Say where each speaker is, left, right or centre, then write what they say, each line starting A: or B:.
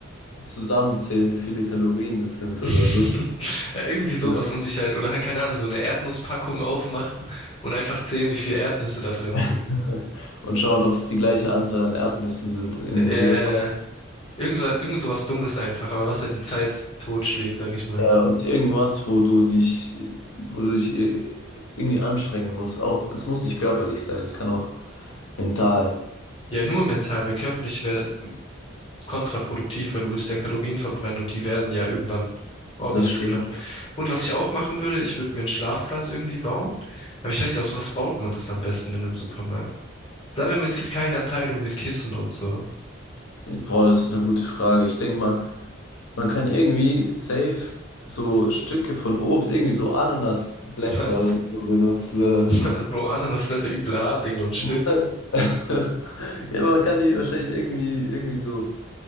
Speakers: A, on the left; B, on the left.
A: zusammenzählen, wie viele Kalorien das sind
B: <laughs>
A: oder so.
B: Ja, irgendwie sowas
A: Oder?
B: um dich halt. Oder halt, keine Ahnung, so eine Erdnusspackung aufmachen und einfach zählen, wie viele Erdnüsse da drin sind.
A: <laughs> Und schauen, ob es die gleiche Anzahl an Erdnüssen sind in
B: Äh,
A: jeder.
B: ja, ja, ja. irgend so, irgend sowas Dummes einfach, aber was halt die Zeit totschlägt, sag ich mal.
A: Ja, und irgendwas, wo du dich, wo du dich ir- irgendwie anstrengen musst. Auch, es muss nicht körperlich sein, es kann auch mental.
B: Ja, nur mental, weil körperlich wäre kontraproduktiv, weil du würdest ja Kalorien verbrennen und die werden ja irgendwann obvious
A: Das stimmt.
B: knapp. Und was ich auch machen würde, ich würde mir einen Schlafplatz irgendwie bauen. Aber ich weiß nicht, aus was baut man das am besten in einem Supermarkt? Sagen wir mal, es gibt keine Abteilung mit Kissen und so.
A: Boah, das ist eine gute Frage. Ich denke mal, man kann irgendwie safe so Stücke von Obst, irgendwie so Ananasblätter
B: <laughs> Was?
A: oder so benutzen. Oder
B: Äh,
A: so.
B: Bro, Ananas blätter übel hart, Digga, und spitz.
A: Man muss halt. <laughs> Ja, man kann die wahrscheinlich irgendwie, irgendwie so